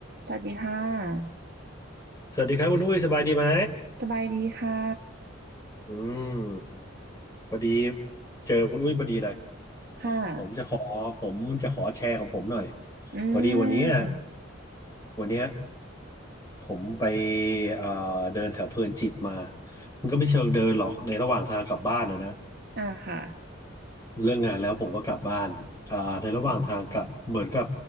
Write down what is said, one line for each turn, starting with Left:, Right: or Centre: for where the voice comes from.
Right: สวัสดีค่ะ
Left: สวัสดีครับคุณอุ้ยสบายดีไหม
Right: สบายดีค่ะ
Left: อืมพอดีเจอคุณอุ้ยพอดีเลย
Right: ค่ะ
Left: ผมจะขอผมจะขอแชร์ของผมหน่อย
Right: อื
Left: พอดีวันเนี้ย
Right: ม
Left: วันเนี้ยผมไปเอ่อเดินแถวเพลินจิตมา มันก็ไม่เชิงเดินหรอกในระหว่างทางกลับบ้านนะนะ
Right: อ่าค่ะ
Left: เลิกงานแล้วผมก็กลับบ้านอ่าในระหว่างทางกลับเหมือนกับ
Right: อืม